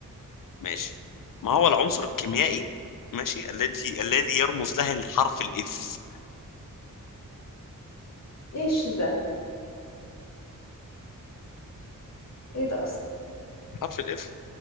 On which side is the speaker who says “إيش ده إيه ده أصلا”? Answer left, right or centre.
Left